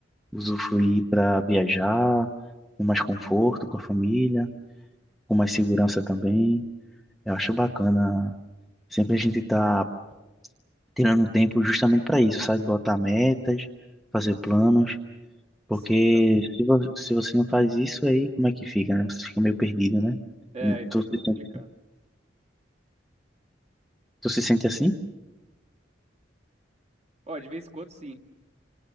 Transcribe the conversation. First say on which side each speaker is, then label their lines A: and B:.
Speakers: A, in the centre; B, on the right (about 35°).
A: usufruir para viajar com mais conforto com a família, com mais segurança também. Eu acho bacana. Sempre a gente tá tirando um tempo justamente para isso, sabe? Botar metas, fazer planos, porque
B: Sim, então.
A: se, vo- se você não faz isso aí, como é que fica, né? Você fica meio perdido, né?
B: É,
A: Hum,
B: aí fica
A: Tu
B: meio
A: se
B: complicado.
A: sente, tu se sente assim?
B: Ó, de vez em quando, sim.